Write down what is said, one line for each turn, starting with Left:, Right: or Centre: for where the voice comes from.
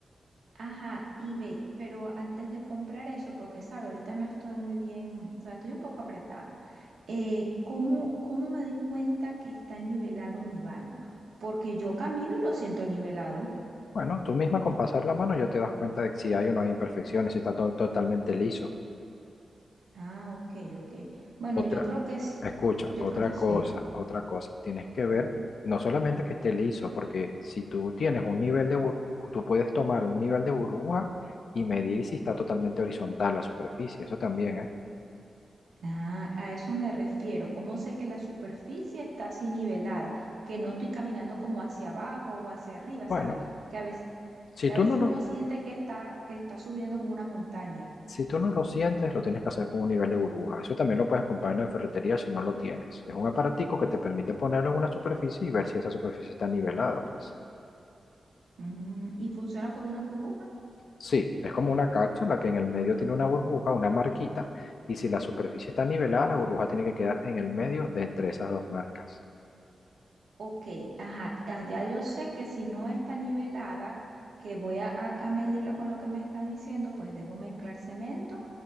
Right: Ajá, y ve, pero antes de comprar eso, porque sabe, ahorita no estoy muy bien, o sea, estoy un poco apretada. eh, ¿cómo, cómo me doy cuenta que está nivelado mi baño? Porque yo camino y lo siento nivelado.
Left: Bueno, tú misma con pasar la mano ya te das cuenta de si hay o no hay imperfecciones, si está todo totalmente liso.
Right: Ah, ok, ok. Bueno,
Left: Otra,
Right: yo creo que s-
Left: escucha,
Right: yo
Left: otra
Right: creo que sí.
Left: cosa, otra cosa, tienes que ver no solamente que esté liso, porque si tú tienes un nivel de burbuja, tú puedes tomar un nivel de burbuja y medir si está totalmente horizontal la superficie, eso también, ¿eh?
Right: Ah, a eso me refiero. ¿Cómo sé que la superficie está así nivelada? Que no estoy caminando como hacia abajo o hacia arriba,
Left: Bueno,
Right: ¿sabes? Que a veces,
Left: Si
Right: que
Left: tú
Right: a veces
Left: no lo,
Right: uno siente que está, que está subiendo como una montaña.
Left: si tú no lo sientes, lo tienes que hacer con un nivel de burbuja. Eso también lo puedes comprar en la ferretería si no lo tienes. Es un aparatico que te permite ponerlo en una superficie y ver si esa superficie está nivelada, pues.
Right: Ujú. ¿Y funciona por una burbuja?
Left: Sí, es como una cápsula que en el medio tiene una burbuja, una marquita, y si la superficie está nivelada, la burbuja tiene que quedar en el medio de entre esas dos marcas.
Right: Ok, ajá, ah, ya yo sé que si no está nivelada, que voy a, a- a medirla con lo que me estás diciendo, pues debo mezclar cemento.